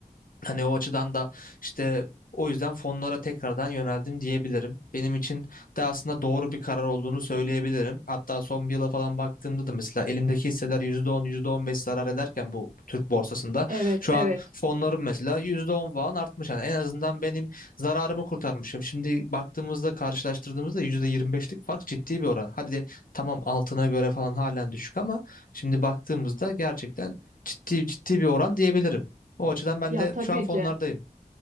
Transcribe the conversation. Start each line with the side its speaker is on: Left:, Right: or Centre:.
Left: Hani o açıdan da işte o yüzden fonlara tekrardan yöneldim diyebilirim. Benim için de aslında doğru bir karar olduğunu söyleyebilirim. Hatta son bir yıla falan baktığımda da mesela elimdeki hisseler yüzde yüzde on yüzde on beş zarar ederken bu Türk borsasında
Right: evet
Left: şu
Right: evet
Left: an fonlarım mesela %10 falan artmış. Yani en azından benim zararımı kurtarmışım. Şimdi baktığımızda karşılaştırdığımızda yüzde yirmi beşlik fark ciddi bir oran. Hadi de tamam altına göre falan halen düşük ama şimdi baktığımızda gerçekten ciddi ciddi bir oran diyebilirim. O açıdan ben
Right: ya
Left: de
Right: tabii
Left: şu an fonlardayım.
Right: ki